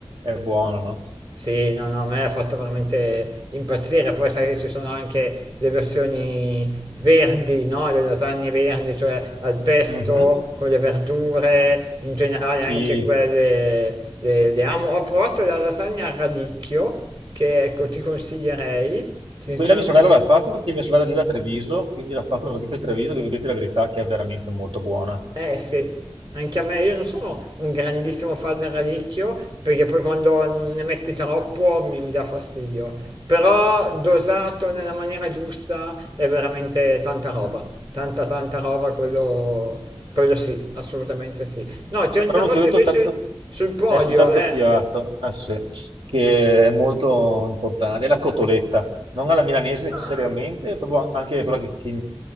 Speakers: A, on the right; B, on the right.
A: è buono, no?
B: Sì, no, no, a me ha fatto veramente impazzire. Poi sai che ci sono anche le versioni verdi, no? Le lasagne verdi, cioè al pesto,
A: Mhm,
B: con le verdure, in generale
A: Sì.
B: anche quelle le, le amo. Ho provato la lasagna a radicchio, che ecco ti consiglierei. Sinceramente
A: Quella di sorella la fa perché mia sorella vive a Treviso, quindi la fa con la di Treviso, devo dirti la verità che è veramente molto buona.
B: Eh sì, anche a me, io non sono un grandissimo fan del radicchio, perché poi quando ne metti troppo mi, mi dà fastidio. Però dosato nella maniera giusta è veramente tanta roba, tanta tanta roba, quello, quello sì, assolutamente sì. No, ti ho interrotto
A: Però non ti ho detto
B: invece
A: il terzo,
B: sul podio,
A: è sul terzo
B: eh.
A: piatto, eh sì, che è molto importante, è la cotoletta, non alla milanese necessariamente,
B: Ah,
A: proprio anche quella che, che